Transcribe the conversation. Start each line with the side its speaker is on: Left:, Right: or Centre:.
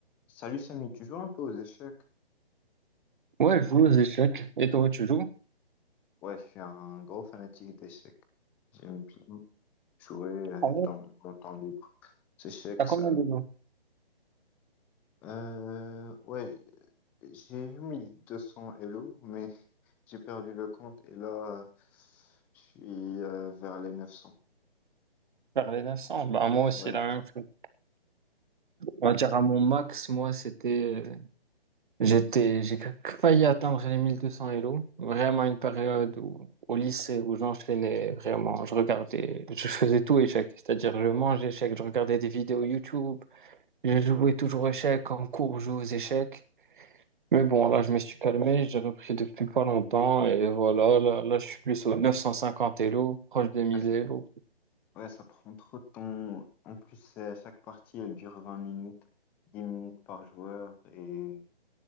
Centre: Salut Samy, tu joues un peu aux échecs?
Right: Ouais, je joue aux échecs. Et toi, tu joues?
Centre: Ouais, je suis un gros fanatique d'échecs. J'aime bien jouer euh,
Right: En vrai,
Centre: dans mon temps libre. Ces échecs,
Right: t'as combien
Centre: ça...
Right: de dos?
Centre: Euh, ouais, j'ai eu 1200 Elo, mais j'ai perdu le compte et là, euh, je suis euh, vers les 900.
Right: Faire les 900. Bah, moi aussi,
Centre: Ouais,
Right: la même chose. On va dire à mon max, moi, c'était. euh, J'étais. J'ai failli atteindre les 1200 Elo. Vraiment une période où, au lycée où j'enchaînais vraiment. Je regardais. Je faisais tout échec. C'est-à-dire, je mangeais échec, je regardais des vidéos YouTube. Je jouais toujours aux échecs. En cours, je jouais aux échecs. Mais bon, là, je me suis calmé. J'ai repris depuis pas longtemps. Et voilà, là, là, je suis plus aux 950 Elo, proche des 1000
Centre: ouais, ça,
Right: Elo.
Centre: ouais, ça prend trop de temps. En plus, c'est- chaque partie, elle dure 20 minutes, 10 minutes par joueur et...